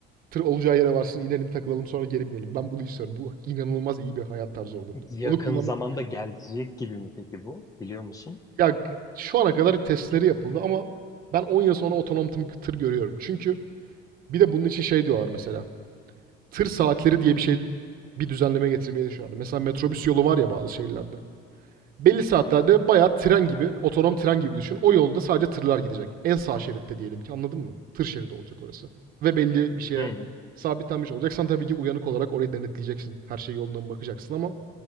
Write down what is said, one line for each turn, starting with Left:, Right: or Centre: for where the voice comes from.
Right: Tır olacağı yere varsın, inelim, takılalım, sonra geri binelim. Ben bunu istiyorum. Bu inanılmaz iyi bir hayat tarzı olurdu.
Left: Yakın
Right: Onu kullanmak...
Left: zamanda gelecek gibi mi peki bu? Biliyor musun?
Right: Ya g- şu ana kadar testleri yapıldı ama ben 10 yıl sonra otonom tım- tır görüyorum. Çünkü bir de bunun için şey diyorlar mesela. Tır saatleri diye bir şey bir düzenleme getirmeyi düşünüyorlar. Mesela metrobüs yolu var ya bazı şehirlerde. Belli saatlerde bayağı tren gibi, otonom tren gibi düşün. O yolda sadece tırlar gidecek. En sağ şeritte diyelim ki anladın mı? Tır şeridi olacak orası. Ve belli bir şeye
Left: Hı.
Right: sabitlenmiş olacaksan tabii ki uyanık olarak orayı denetleyeceksin. Her şey yoluna mı bakacaksın ama